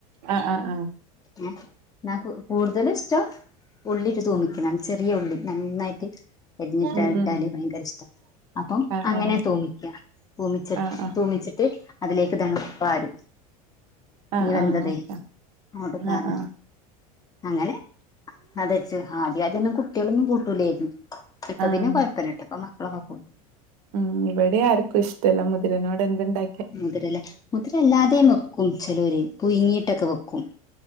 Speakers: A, on the right; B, on the left.
A: ആഹ് ആഹ് ആഹ്
B: ഉം ഇന്നാ കൂ കൂടുതല് ഇഷ്ട്ടം ഉള്ളിട്ട് തൂമിക്ക്ണാണ്‌ ചെറിയ ഉള്ളി നന്നായിട്ട് എരിഞ്ഞ്ട്ടാ
A: ഉം
B: ഇട്ടാല്
A: ഉം
B: ഭയങ്കര ഇഷ്ട്ടാ അപ്പം
A: ആഹ്
B: അങ്ങനെ
A: ആഹ്
B: തൂമി ക്ക്യ തൂമിച്ച്
A: ആഹ് ആഹ്
B: തൂമിച്ചിട്ട് അതിലേക്ക് ഇതാണ്ട് പാരും
A: ആഹ്
B: ഈ വെന്തതെ
A: ആഹ് ഓക്കെ
B: അങ്ങോട്ട് പാരും
A: ആഹ് ആഹ്
B: അങ്ങനെ അതെച്ചു ആാദ്യ ആദ്യൊന്നും കുട്ട്യേളൊന്നും കൂട്ടൂലായിരുന്നു ഇപ്പൊ
A: ആഹ്
B: പിന്നെ കൊഴപ്പല്ലട്ടൊ ഇപ്പ മക്കളൊക്കെ കൂ
A: ഉം ഇവിടി ആർക്കുഷ്ടല്ല മുതിരനോട് എന്തിണ്ടാ
B: മുതിരലേ മുതിര ഇല്ലാതെം വെക്കും ചലോര് പുയ്ങ്ങീട്ടൊക്കെ വെക്കും